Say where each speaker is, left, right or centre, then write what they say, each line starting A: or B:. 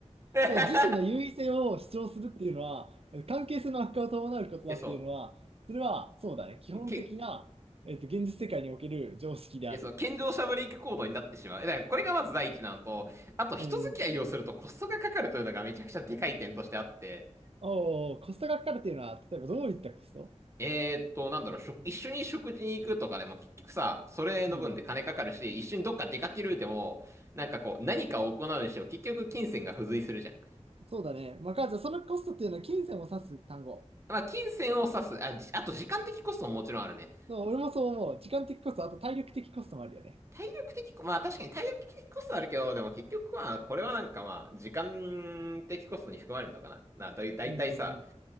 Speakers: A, on the right (about 25°); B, on the right (about 55°).
A: <laughs>
B: ただ自身の優位性を主張するっていうのは、関係性の悪化を伴うことだっていうのは、
A: え、そ
B: それはそうだね。基本的な、
A: う。け、
B: えっと、現実世界における常識である。
A: え、そう、健常者ブレイク行動になってしまう。え、だからこれがまず第一なのと、あと人付き合いをするとコストがかかるというのがめちゃくちゃでかい点としてあって、
B: うん。おーコストがかかるっていうのは、例えばどういったコスト
A: えーっと、なんだろう、食一緒に食事に行くとかでも結局さ、それの分で金かかるし、
B: うん。
A: 一緒にどっか出かけるでも、なんかこう、何かを行うにしても結局金銭が付随するじゃん。
B: そうだね。まあ、かじゃあそのコストっていうのは金銭を指す単語。
A: まあ、金銭を指す、あ、じ、あと時間的コストももちろんあるね。
B: でも俺もそう思う。時間的コスト、あと体力的コストもあるよね。
A: 体力的コ、まあ確かに体力的コストあるけど、でも結局まあ、これはなんかまあ、時間的コストに含まれるのかな。な、だい、だいたいさ、
B: うんうんうん。